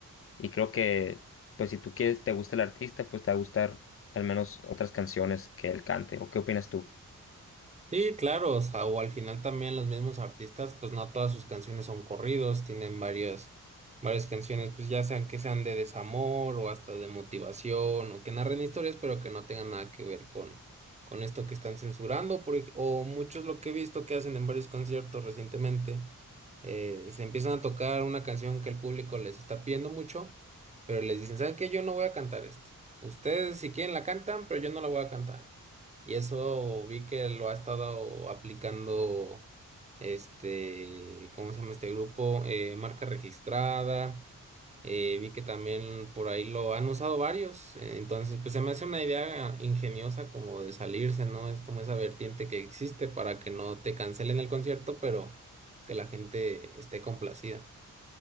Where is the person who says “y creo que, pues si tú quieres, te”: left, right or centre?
Left